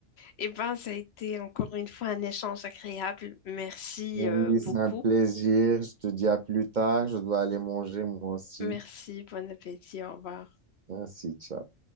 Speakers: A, on the left; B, on the right.
A: Eh ben, ça a été encore une fois un échange agréable. Merci
B: Oui,
A: euh,
B: c'est
A: beaucoup.
B: un plaisir. Je te dis à plus tard. Je dois aller manger moi aussi.
A: Merci, bon appétit, au revoir.
B: Merci, ciao.